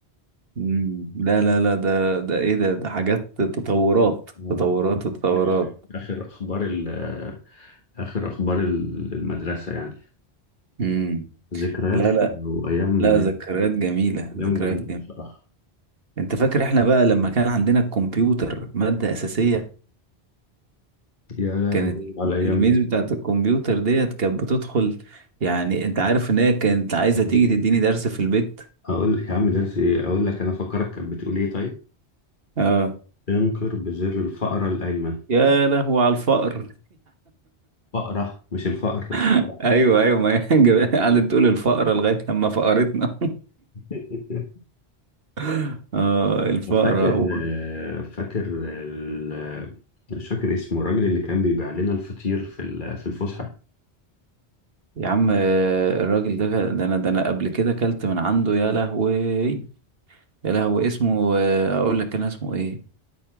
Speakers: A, on the right; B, on the left.
A: مم. لا لا لا ده ده ايه ده ده حاجات تطورات
B: آه،
A: تطورات تطورات
B: دي اخر اخر اخبار ال- آه، اخر اخبار ال- المدرسة يعني
A: مم.
B: ذكريات
A: لا
B: حلوة
A: لا
B: وايام
A: لا ذكريات جميلة
B: ايام
A: ذكريات
B: جميلة بصراحة
A: انت فاكر احنا بقى لما كان عندنا الكمبيوتر مادة أساسية
B: يا لهوي
A: كانت
B: على الايام
A: الميز
B: دي
A: بتاعت الكمبيوتر ديت كانت بتدخل يعني انت عارف ان هي كانت عايزة
B: هقول
A: تيجي
B: لك
A: تديني درس في البيت
B: هقول لك يا عم درس ايه اقول لك انا فكرك كانت بتقول ايه طيب
A: اه
B: انقر بزر الفأرة الأيمن
A: يا لهو على الفقر
B: فأرة مش الفأر الفأرة
A: <laughs> ايوه ايوه ما هي جاب- قعدت تقول الفقرة لغاية لما فقرتنا
B: <laughs>
A: <laughs> اه الفقرة
B: فاكر
A: و...
B: آه، فاكر ال- مش فاكر اسمه الراجل اللي كان بيبيع لنا الفطير في ال- في الفسحة
A: يا عم آه، الراجل ده ده انا ده انا قبل كده كلت من عنده يا لهوي يا لهوي اسمه آه، اقول لك كان اسمه ايه